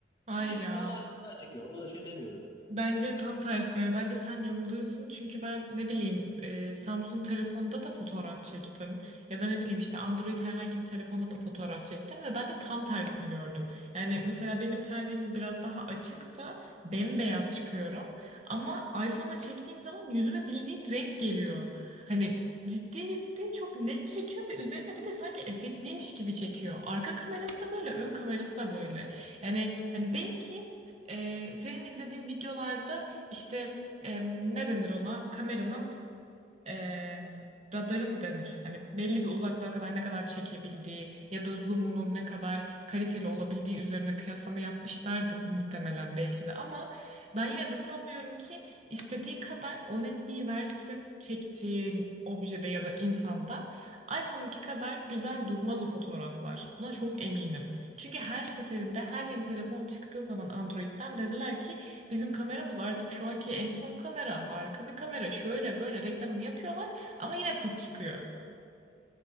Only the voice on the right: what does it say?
Hayır
ya.
Bence tam tersi yani bence sen yanılıyorsun çünkü ben ne bileyim e, Samsung telefonda da fotoğraf çektim ya da ne bileyim işte Android herhangi bir telefonda da fotoğraf çektim ve ben de tam tersini gördüm. Yani mesela benim ten rengim biraz daha açıksa bembeyaz çıkıyorum ama iPhone'la çektiğim zaman yüzüme bildiğin renk geliyor. Hani ciddi ciddi çok net çekiyor ve üzerine bir de sanki efektliymiş gibi çekiyor. Arka kamerası da böyle ön kamerası da böyle. Yani hani belki ee, senin izlediğin videolarda işte em, ne denir ona? Kameranın e, radarı mı denir? Hani belli bir uzaklığa kadar ne kadar çekebildiği ya da zoom'unun ne kadar kaliteli olabildiği üzerine kıyaslama yapmışlardır muhtemelen belki de ama ben yine de sanmıyorum ki istediği kadar o netliği versin çektiğin objede ya da insanda iPhone'unki kadar güzel durmaz o fotoğraflar. Buna çok eminim. Çünkü her seferinde her yeni telefon çıktığı zaman Android'den dediler ki Bizim kameramız artık şu anki en son kamera. Harika bir kamera. Şöyle böyle reklamını yapıyorlar ama yine fıs çıkıyor.